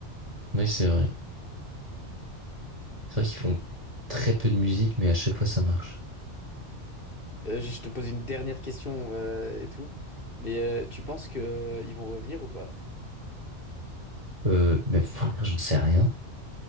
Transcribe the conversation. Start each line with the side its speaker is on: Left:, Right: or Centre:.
Right: Oui, c'est vrai. C'est vrai qu'ils font très peu de musique, mais à chaque fois ça marche.
Left: Euh, je je te pose une dernière question euh, et tout. Mais euh, tu penses que euh, ils vont revenir ou pas?
Right: Euh, mais frère, j'en sais rien.